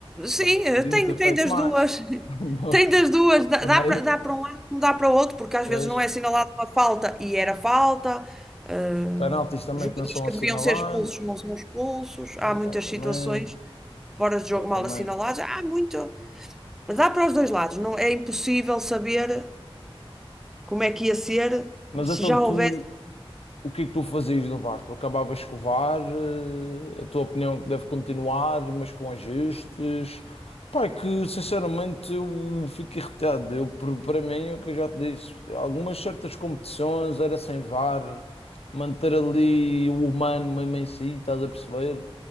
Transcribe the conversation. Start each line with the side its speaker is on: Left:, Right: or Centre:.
Centre: sim,
Left: também
Centre: eh,
Left: podiam
Centre: tem,
Left: ter
Centre: tem
Left: feito
Centre: das
Left: mais.
Centre: duas. <laughs>
Left: <laughs>
Centre: Tem das duas. Dá,
Left: Também,
Centre: dá para dá para um lado como dá para o outro, porque às
Left: tens
Centre: vezes não é assinalada uma falta e era falta. eh,
Left: penaltis também
Centre: jogadores
Left: que não são
Centre: que
Left: assinalados,
Centre: deviam ser expulsos não são expulsos. Há
Left: exatamente.
Centre: muitas situações fora
Left: Exatamente.
Centre: de jogo mal assinaladas. Há muito. Dá para os dois lados, não é impossível saber como é que ia ser,
Left: Mas
Centre: se
Left: então
Centre: já
Left: tu,
Centre: houvesse,
Left: o que é que tu fazias no VAR? Tu acabavas de escovar, eh, a tua opinião é que deve continuar, mas com ajustes. Pá, é que sinceramente eu fico irritado. Eu, por- para mim, é o que eu já te disse, algumas certas competições era sem VAR, manter ali o humano mesmo em si, estás a perceber?